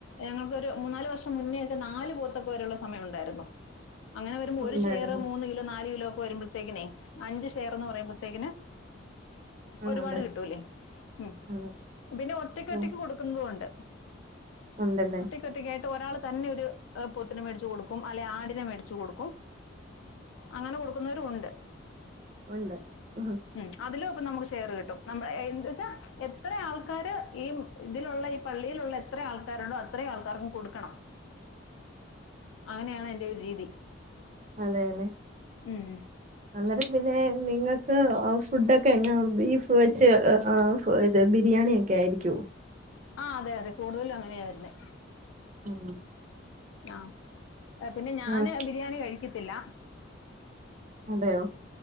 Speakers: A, on the left (about 80°); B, on the right (about 35°).
A: ഞങ്ങൾക്ക് ഒരു മൂന്നാല് വർഷം മുന്നേൊക്കെ നാല് പോത്തൊക്കെരെയുള്ള സമയം ഉണ്ടായിരുന്നു അങ്ങനെ വരുമ്പോൾ
B: ഉണ്ടായിരുന്നു
A: ഒരു ഷെയർ മൂന്ന് കിലോ നാല് കിലോ ഒക്കെ വരുമ്പോഴത്തേക്കിനേ അഞ്ച് ഷെയർ എന്ന് പറയുമ്പോഴത്തേക്കന്
B: ആഹ്
A: ഒരുപാട്
B: അതെ
A: കിട്ടൂല്ലേ ഉം
B: അതെ
A: പിന്നെ ഒറ്റക്ക് ഒറ്റക്ക്
B: ഉം,
A: കൊടുക്കുന്നതും ഉണ്ട്
B: ഉണ്ടല്ലേ
A: ഒറ്റക്കായിട്ട് ഒരാൾ തന്നെ ഒരു പോത്തിന് മേടിച്ച് കൊടുക്കും അല്ലെ ആടിനെ മേടി ച്ചു കൊടുക്കും അങ്ങനെ കൊടുക്കുന്നവരും ഉണ്ട്
B: ഉണ്ട് ആഹ
A: ഉം അതിലും ഇപ്പൊ നമുക്ക് ഷെയർ കിട്ടും നമ്മ എന്ത വച്ചാ എത്ര ആൾക്കാര് ഈ ഇതിലുള്ള ഈ പള്ളിയിലുള്ള എത്ര ആൾക്കാരുണ്ടോ അത്രയും ആൾക്കാർക്കും കൊടുക്കണം അങ്ങനെയാണ് അയിന്റെ ഒരു രീതി
B: അതെലെ
A: ഉം
B: അന്നേരം പിന്നെ നിങ്ങൾക്ക് ഫുഡൊക്കെ എങ്ങനാ ബീഫ് വെച്ച് ആ പെ ഇത് ബിരിയാണിയ ഒക്കെ ആയിരിക്കോ
A: ആ അതെ അതെ കൂടുതലും അങ്ങനെയാവരുന്നേ
B: ഉം
A: ആഹ പിന്നെ ഞാന്
B: ആഹ്
A: ബിരിയാണി കഴിക്കത്തില്ല
B: അതെയോ